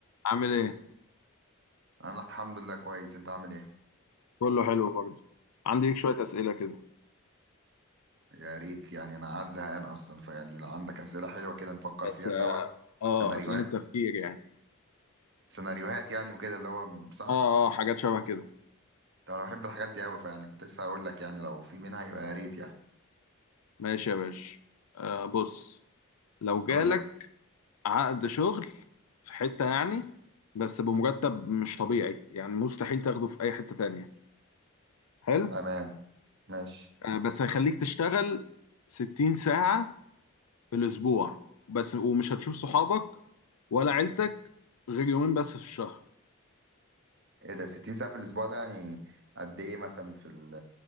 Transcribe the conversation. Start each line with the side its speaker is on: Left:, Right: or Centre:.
Left: عامل ايه؟
Right: انا الحمد لله كويس انت عامل ايه
Left: كله حلو برضه عندي ليك شوية أسئلة كده
Right: يا ريت يعني انا قاعد زهقان اصلا فيعني لو عندك اسئله حلوه كده نفكر
Left: بس
Right: فيها
Left: اه
Right: سوا
Left: آه،
Right: سيناريوهات
Left: أسئلة تفكير يعني
Right: سيناريوهات يعني وكده اللي هو صح
Left: اه اه حاجات شبه كده
Right: طب انا بحب الحاجات دي قوي فيعني كنت لسه هقول لك يعني لو في منها يبقى يا ريت يعني
Left: ماشي يا باشا آه بص لو جالك
Right: قول لي
Left: عقد شغل في حتة يعني بس بمرتب مش طبيعي يعني مستحيل تاخده في أي حتة تانية حلو
Right: تمام ماشي
Left: آه بس هيخليك تشتغل 60 ساعة في الأسبوع بس ومش هتشوف صحابك ولا عيلتك غير يومين بس في الشهر
Right: ايه ده 60 ساعه في الاسبوع ده يعني قد ايه مثلا في ال